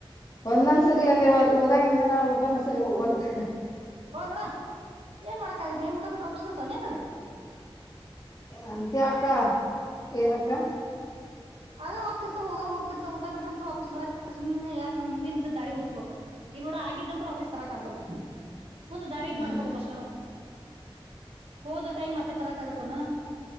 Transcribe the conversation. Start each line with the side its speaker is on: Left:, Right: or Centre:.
Left: ಒಂದೊಂದ್ ಸರಿ ಏಲ್ಲೇವ ಅದು ಹೋದಗಿಂದನ ಊಟನ ಸರಿ ಹೊಗವಲ್ತ್
Right: ಹೋಲ್ ಬಿಡ ಏನ್ ಮಾಡಕ ಆಗತ್ ನೀನ್ ಊಟ ಬಿಟ್ರ ವಾಪಿಸ್ ಬರ್ತವೆನ್ ನಿನಿಗ್.
Left: ಅದಿಕ್ಕೆ ಅಕ್ಕಾ ಏನಕ್ಕ.
Right: ಆಗ ಹೋಗ್ತೀರತಾವ್ ಹೋಗವ ಹೋಗ್ತಿರ್ತಾವ್ ಊಟ ಬಿಟ್ಟ್ರ ಅಂತ್ರು ವಾಪೀಸ್ ಬರಲ್ ಸುಮ್ನೆ ಯಾಕ ಮುಂದಿಂದ ದಾರಿ ಹುಡುಕ್ಬೇಕ. ಈ ನೋಡ ಆಗಿದ್ದಂತ್ರು ವಾಫೀಸ್ ತರಕ್ ಆಗಲ್ಲ. ಮುಂದ್ ದಾರಿ
Left: ಹ್ಮ್
Right: ಮಾಡ್ಕೋಬೇಕಷ್ಟನು ಹೋದ ಟೈಮ್ ಮತ್ತೆ ತರಕ್ ಅಗತೇನ.